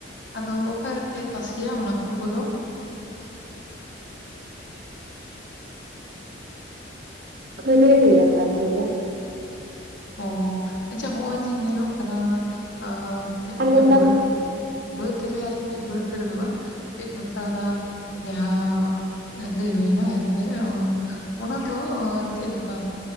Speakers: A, on the left; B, on the right.
A: ᱟᱫᱚ ᱚᱠᱮ ᱨᱮᱯᱮ ᱛᱟᱥᱮᱭᱟ ᱚᱱᱟ ᱠᱚ <unintelligible> ᱫᱚ?
B: ᱠᱷᱟᱹᱨᱟᱭ ᱨᱮᱞᱮ ᱛᱟᱥᱮᱭᱟ ᱾
A: ᱚᱻ ᱟᱪᱪᱷᱟ ᱦᱚᱜᱼᱚᱭ ᱡᱮ ᱧᱮᱞᱚᱜ ᱠᱟᱱᱟ ᱟᱻ
B: ᱟᱨ
A: ᱤᱱᱟᱹ
B: ᱱᱮᱛᱟᱨ
A: ᱵᱟᱹᱫᱽ ᱵᱟᱹᱫᱽ ᱨᱮ ᱟᱨᱠᱤ ᱵᱟᱹᱫᱽ ᱨᱮ ᱫᱚ ᱵᱟᱝ ᱪᱮᱫ ᱠᱚ ᱢᱮᱛᱟᱜᱼᱟ ᱚᱱᱟ ᱡᱟᱦᱟᱸ ᱞᱟᱹᱭ ᱦᱩᱭ ᱮᱱᱟ ᱦᱮᱸᱥᱮ ᱚᱱᱟ ᱫᱚ ᱪᱮᱫ ᱞᱮᱠᱟ